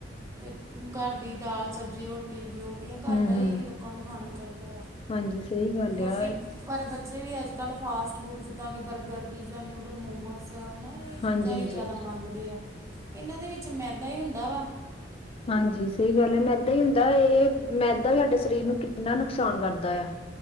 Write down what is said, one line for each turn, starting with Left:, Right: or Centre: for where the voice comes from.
Right: ਅਤੇ ਘਰ ਦੀ ਦਾਲ ਸਬਜ਼ੀ ਰੋਟੀ ਜੋ ਵੀ ਆ ਘਰ
Left: ਹੂੰ
Right: ਦਾ ਹੀ
Left: ਹੂੰ
Right: ਲੋਕਾਂ ਨੂੰ ਖਾਣਾ ਚਾਹੀਦਾ ਆ।
Left: ਹਾਂਜੀ, ਸਈ ਗੱਲ
Right: ਲੋਕੀ
Left: ਆ।
Right: ਪਰ ਬੱਚੇ ਵੀ ਅੱਜਕੱਲ੍ਹ ਫਾਸਟ ਫੂਡ ਜਿੱਦਾਂ ਕਿ ਬਰਗਰ ਪੀਜ਼ਾ ਨਿਊਡਲ ਮੋਮੋਸ ਹੈ ਨਾ। ਏ
Left: ਹਾਂਜੀ
Right: ਚੀਜ਼ਾਂ ਹੀ
Left: ਹਾਂਜੀ
Right: ਜ਼ਿਆਦਾ ਮੰਗਦੇ ਆ ਏਨਾਂ ਦੇ ਵਿੱਚ ਮੈਦਾ ਹੀ ਹੁੰਦਾ ਵਾ
Left: ਹਾਂਜੀ, ਸਹੀ ਗੱਲ ਹੈ ਮੈਦਾ ਹੀ ਹੁੰਦਾ ਇਹ ਮੈਦਾ ਵੀ ਸਾਡੇ ਸਰੀਰ ਨੂੰ ਕਿੰਨਾ ਨੁਕਸਾਨ ਕਰਦਾ ਆ।